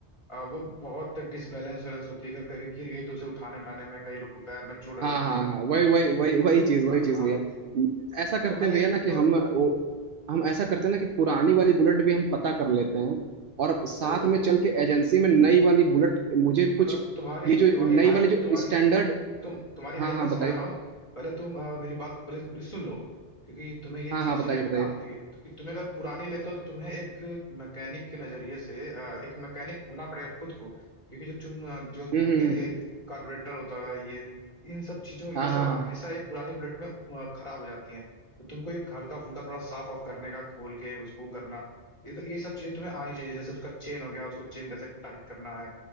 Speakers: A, on the left; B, on the right.
A: अ, वो बहुत डिसबैलेंस वैलेंस होती है अगर कभी गिर गई तो उसे उठाने उठाने में कई लोग को पैर में चोट आ जाती
B: हाँ हाँ
A: है
B: हाँ, वही वही वही वही चीज वही
A: हाँ
B: चीज भैया ऐसा करते
A: तो मैं
B: हैं
A: ये-
B: भैया ना कि
A: तो
B: हम वो हम ऐसा करते हैं ना कि पुरानी वाली बुलेट भी हम पता कर लेते हैं और साथ
A: तो
B: में चल के एजेंसी में नई वाली बुलेट मुझे कुछ
A: अ, तुम्हारी
B: ये जो
A: तुम्हारी
B: नई
A: हाइप
B: वाली जो
A: तुम्हारी
B: स्टैंडर्ड
A: तुम तुम्हारी हाइप
B: हाँ हाँ
A: मैं समझ
B: बताइए
A: रहा हूँ पहले तुम अ, मेरी बात पहले पूरी सुन लो क्योंकि तुम्हें ये चीज
B: हाँ हाँ बताइए बताइए
A: काम देगी कि तुम्हें अगर पुराने लेते हो तो तुम्हें एक मैकेनिक के नजरिए से अ, एक मैकेनिक होना पड़ेगा खुद को क्योंकि जो तुम अ, जो
B: हम्म
A: होती
B: हम्म
A: है ना
B: हम्म,
A: ये कार्बोरेटर होता है ये इन सब चीजों ये
B: हाँ
A: सब
B: हाँ
A: हमेशा
B: हाँ
A: एक पुराने बुलेट में अ, खराब हो जाती है तो तुमको एक हल्का फुल्का थोड़ा साफ ऑफ करने का खोल के उसको करना ये तो ये सब चीजें तुम्हें आनी चाहिए जैसे उसका चेन हो गया उसको चेन कैसे टाइट करना है